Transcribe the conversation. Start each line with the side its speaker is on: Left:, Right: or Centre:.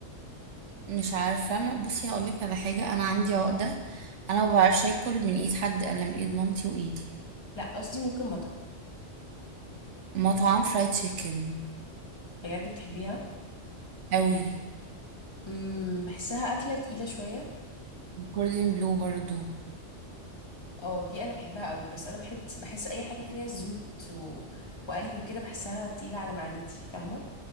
Right: مش عارفة ما- بصي هقولك على حاجة أنا عندي عقدة أنا ما بعرفش آكل من إيد حد إلا من إيد مامتي وإيدي
Left: لا قصدي ممكن مطعم
Right: مطعم فرايد تشيكن
Left: بجد بتحبيها
Right: أوي
Left: امم بحسها اكله تقيله شويه
Right: جوردن بلو برضو
Left: اه دي انا بحبها قوي بس انا بحب بحس اي حاجه فيها زيوت و... وقلي وكده بحسها تقيله على معدتي فاهمه